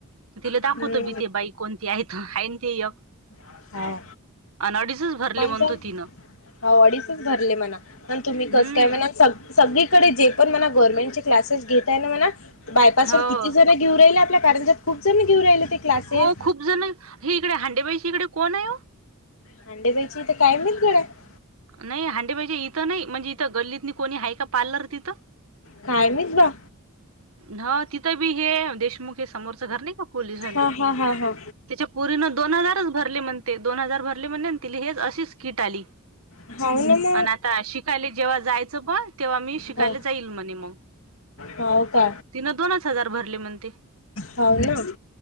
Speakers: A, on the right; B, on the left.
A: तिले दाखवत
B: हम्म
A: मी ते बाई. कोणती आहे आहे ते यक
B: हो
A: अन अडीचच भरले
B: मला
A: म्हणतो.
B: सांग हो
A: तिनं
B: अडीचच भरले मणा पण तुम्ही कस
A: हम्म
B: काय म्हणा. सगळीकडे जे पण मना गव्हर्नमेंटचे क्लासेस घेताय मना बायपास
A: हो
B: व किती जण. घेऊ राहिले आपल्या कारणजात खूपण घेऊ राहिले ते. क्लासेस
A: हो खूप जण हे इकडे हांडेबाईशी इकडे कोण आहे?
B: हांडेबाईशी इथ काय मिल गड्या. <unintelligible>
A: नाही हांडे पाहिजे इथं नाही म्हणजे इथं गल्लीत कोणी आहे का पार्लर तिथं?
B: काय माहीत बा.
A: ह तिथं बी हे देशमुख हे समोरचं घर नाही का पोलीस झाला
B: हा हा हा हा
A: त्याच्या पुरीन दोन हजारच भरले म्हणते दोन हजार भरले म्हणते ति हेच अशीच किट आली.
B: <unintelligible>
A: पण आता शिकायला जेव्हा जायचं ब तेव्हा मी शिकायला
B: हो
A: जाईल म्हणे मग.
B: हो का
A: तिनं दोनच हजार भरले म्हणते.
B: हाऊ ना.